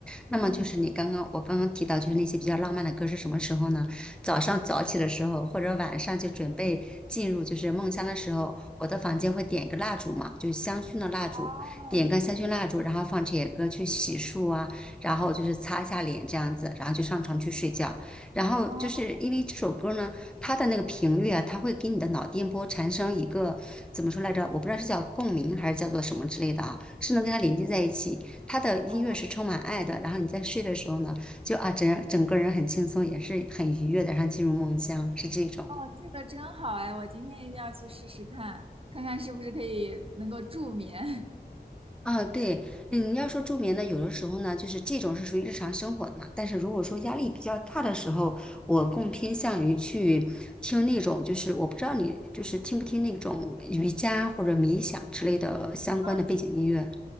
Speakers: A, in the centre; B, on the right (about 35°).
A: 那么就是你刚刚我刚刚提到，
B: 嗯，
A: 就是那些比较浪漫的歌是什么时候呢？早上早起的时候，或者晚上就准备进入就是梦乡的时候，我的房间会点一个蜡烛嘛，就是香薰的蜡烛，
B: 哦
A: 点个香薰蜡烛，然后放这些歌去洗漱啊，然后就是擦一下脸这样子，然后就上床去睡觉。然后就是因为这首歌呢，
B: 哦
A: 它的那个频率啊，它会给你的脑电波产生一个怎么说来着？我不知道是叫共鸣还是叫做什么之类的啊，是能跟它连接在一起。它的音乐是充满爱的，
B: 哦，
A: 然后你在睡的时候呢，就啊整整个人很轻松，也是很愉悦的，然后进入梦乡，是这种。
B: 哦，这个真好哎！我今天一定要去试试看，看看是不是可以能够助眠。<laughs>
A: 啊，对，嗯，要说助眠呢，有的时候呢，就是这种是属于日常生活的嘛。但是如果说压力比较大的时候，我更偏向于去听那种，就是我不知道你就是听不听那种瑜伽或者冥想之类的相关的背景音乐。
B: 哦，对，